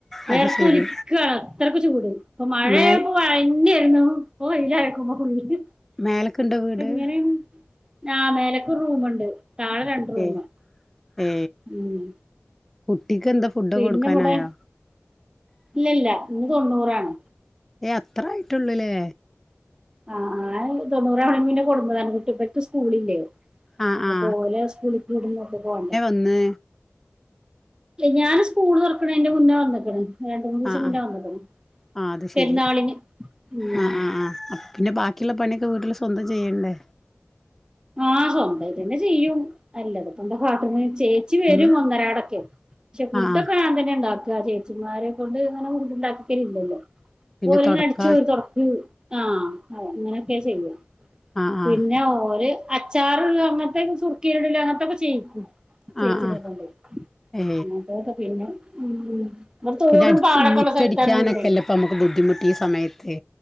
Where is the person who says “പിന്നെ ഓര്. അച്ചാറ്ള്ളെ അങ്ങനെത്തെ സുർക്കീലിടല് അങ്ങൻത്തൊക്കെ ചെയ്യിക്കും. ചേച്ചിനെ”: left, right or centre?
Right